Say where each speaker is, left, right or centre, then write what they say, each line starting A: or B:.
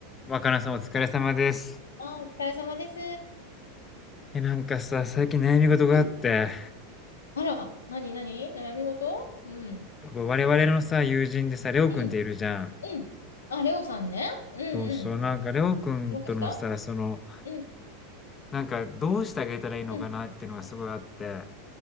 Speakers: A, on the left; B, on the left.
A: 若菜さんお疲れ様です。
B: あ、お疲れ様です。
A: え、なんかさ、最近悩み事があって、
B: うん、あら、なになに悩み事うん。
A: 我々のさ、友人でさ、レオくんっているじゃん。
B: うん、うん。あ、レオさんね。うん
A: そうそう、
B: う
A: なんかレオくんとのさ、
B: ん。どうかした
A: その、
B: うん、
A: なんかどうしてあげたらいいのかなっていうのがすごいあって、
B: うん。